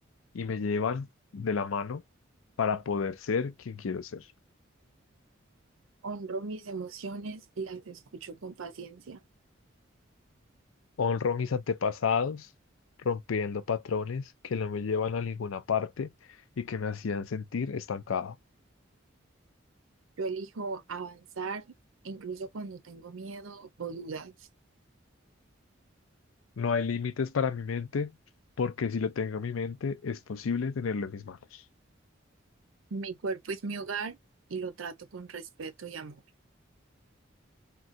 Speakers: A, on the left; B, on the right.
A: y me llevan de la mano para poder ser quien quiero ser.
B: Honro mis emociones y las escucho con paciencia.
A: Honro a mis antepasados, rompiendo patrones que no me llevan a ninguna parte y que me hacían sentir estancado.
B: Yo elijo avanzar incluso cuando tengo miedo o dudas.
A: No hay límites para mi mente, porque si lo tengo en mi mente, es posible tenerlo en mis manos.
B: Mi cuerpo es mi hogar y lo trato con respeto y amor.